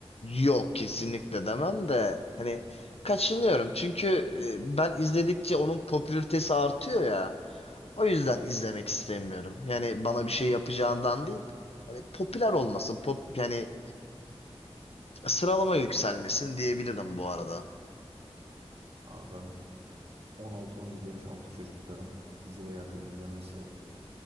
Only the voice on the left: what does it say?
Yok kesinlikle demem de hani kaçınıyorum çünkü e, ben izledikçe onun popülaritesi artıyor ya. O yüzden izlemek istemiyorum. Yani bana bir şey yapacağından değil. Hani popüler olmasın, pop yani sıralama yükselmesin diyebilirim bu arada.